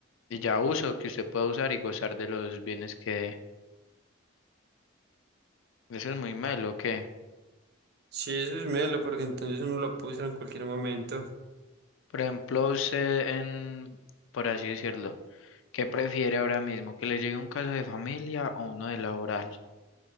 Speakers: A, on the left (about 70°); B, on the right (about 55°).
A: y ya uso que usted puede usar y gozar de los bienes que eso es muy malo que
B: Sí, eso es melo, porque entonces uno lo puede usar en cualquier momento.
A: por ejemplo usted en por así decirlo ¿qué prefiere ahora mismo que le llegue un caso de familia o uno de laboral?